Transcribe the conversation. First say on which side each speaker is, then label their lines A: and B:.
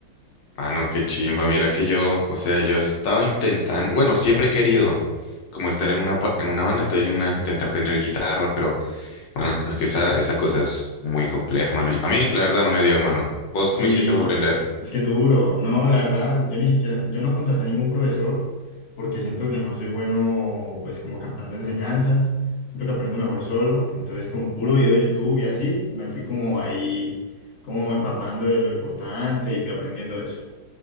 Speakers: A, on the left; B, on the left.
A: Mano, qué chimba, mira que yo, o sea, yo estaba intentando, bueno, siempre he querido como estar en una, pa- en una banda, entonces yo una vez intenté aprender guitarra, pero, mano, es que esa, esa cosa es muy compleja, mano. A mí, la verdad, no me dio, mano. ¿Vos
B: Sí,
A: cómo hiciste para aprender?
B: es que duro. No, la verdad, yo ni siquiera, yo no contraté ningún profesor porque siento que no soy bueno, pues como captando enseñanzas. Siento que aprendo mejor solo. Entonces, con puro video de YouTube y así, me fui como ahí, como empapando de lo importante y fui aprendiendo de eso.